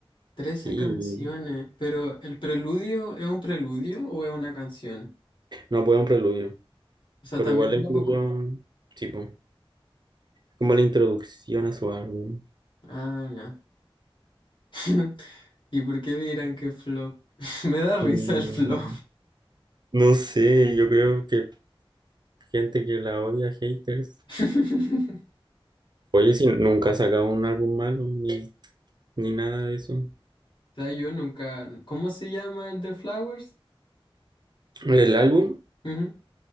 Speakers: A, on the left; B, on the right.
A: Trece
B: Y
A: canciones, pero ¿el preludio es un preludio o es una canción?
B: no puede un preludio.
A: O sea,
B: Pero
A: también
B: igual la
A: dura
B: incluyo,
A: poco.
B: tipo, es como la introducción a su álbum.
A: Ah, ya. <laughs> ¿Y por qué dirán que flop? <laughs> Me da risa
B: Y
A: el flop.
B: no sé, yo creo que gente que la odia, haters.
A: <laughs>
B: Oye, si nunca ha sacado un álbum malo, ni, ni nada de eso.
A: O sea, yo nunca. ¿Cómo se llama el de Flowers?
B: El álbum
A: Ujú.